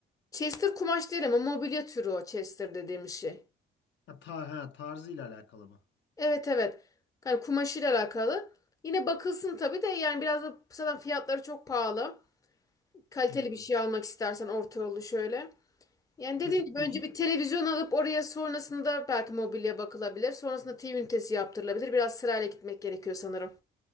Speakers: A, on the left; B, on the left.
A: Chester kumaş değil ama mobilya türü o Chester dediğimiz şey.
B: Ha, ta, ha tarzıyla alakalı mı?
A: Evet evet. Yani kumaşıyla alakalı. Yine bakılsın tabii de yani biraz da zaten fiyatları çok pahalı. Kaliteli
B: Hmm.
A: bir şey almak istersen orta yolu şöyle. Yani dediğim
B: Peki,
A: gibi
B: peki
A: önce bir televizyon alıp oraya sonrasında belki mobilya bakılabilir. Sonrasında TV ünitesi yaptırılabilir. Biraz sırayla gitmek gerekiyor sanırım.